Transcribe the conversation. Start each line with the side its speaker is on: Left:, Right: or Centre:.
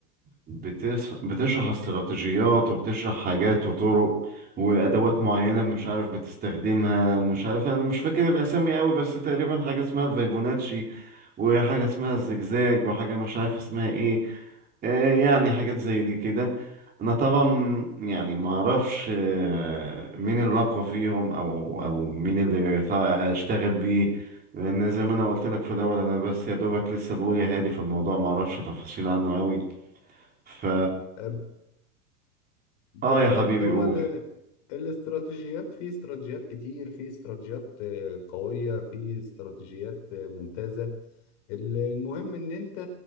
Right: بتس... بتشرح استراتيجيات وبتشرح حاجات وطرق وادوات معينه مش عارف بتستخدمها مش عارف انا مش فاكر الاسامي قوي بس تقريبا حاجه اسمها فيبوناتشي وحاجة اسمها الزجزاج وحاجة مش عارف اسمها ايه آه، يعني حاجات زي دي كده انا طبعا يعني ما اعرفش آه، مين اللي اقوى فيهم او او مين اللي ينفع اشتغل بيه لان زي ما انا قلت لك في الاول انا بس يا دوبك لسه بقول يا هادي في الموضوع ما اعرفش تفاصيل عنه قوي ف
Left: أه، بالظبط
Right: اه يا حبيبي
Left: هو
Right: قول
Left: ال- الاستراتيجيات في استراتيجيات كتير في استراتيجيات آه، قوية في استراتيجيات آه، ممتازة ال- المهم ان انت